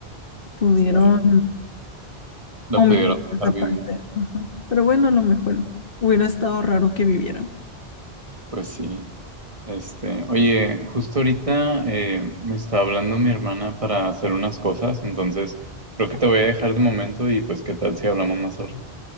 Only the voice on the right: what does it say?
Está, la
pudieron
dejar
vivir.
Pues sí. Este, oye, justo ahorita eh, me está hablando mi hermana para hacer unas cosas, entonces creo que te voy a dejar de momento y pues qué tal si hablamos más al rato.